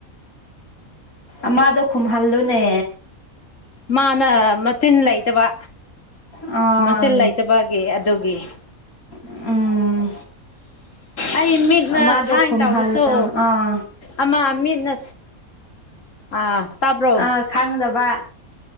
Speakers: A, on the left; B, on the left.
A: ꯑꯃꯗ ꯈꯨꯝꯍꯜꯂꯨꯅꯦ
B: ꯃꯥꯅ ꯃꯆꯤꯟ ꯂꯩꯇꯕ
A: ꯑꯥ
B: ꯃꯆꯤꯟ ꯂꯩꯇꯕꯒꯤ ꯑꯗꯨꯒꯤ
A: ꯎꯝ
B: ꯑꯩ ꯃꯤꯠꯅ
A: ꯑꯃꯗꯣ
B: ꯁꯥꯏꯟ
A: ꯈꯨꯝꯍꯜꯂꯣ
B: ꯇꯧꯔꯁꯨ
A: ꯑꯥ
B: ꯑꯃ ꯃꯤꯠꯅ ꯑꯥ ꯇꯥꯕ꯭ꯔꯣ
A: ꯑꯥ ꯈꯪꯗꯕ